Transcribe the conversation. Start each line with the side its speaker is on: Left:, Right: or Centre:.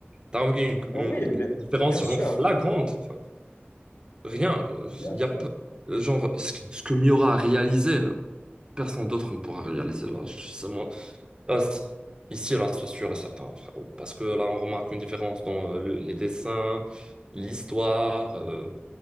Right: T'as remarqué
Left: Oui,
Right: une,
Left: bien,
Right: une différence
Left: bien sûr,
Right: genre flagrante. Enfin, rien.
Left: bien
Right: Il
Left: sûr.
Right: y a pas- genre ce, que ce que Miura a réalisé, personne d'autre ne pourra réaliser là. Je- c'est moi- là, c'est- ici, là, sois sûr et certain, frérot. Parce que là, on remarque une différence dans euh, le- les dessins, l'histoire, euh,